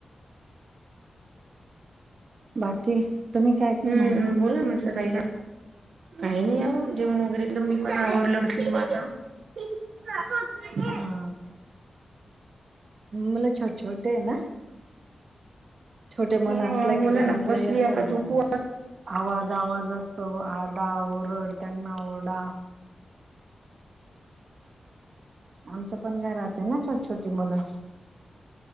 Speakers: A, on the right; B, on the right.
A: बाकी तुम्ही काय
B: हम्म
A: म्हणता
B: बोला म्हटलं काय काय काही नाही जेवण वगैरे मी पण आवरलं आता ह
A: हा मुले छोट छोट आहे ना छोटे मुले
B: हा
A: असलं
B: बोला
A: का घरातलंही
B: ना बसली
A: असं
B: आता झोपू
A: आवाज- आवाज असतो आरडा ओरड त्यांना ओरडा. आमचं पण घरात आहे ना छोट छोटी मुलं.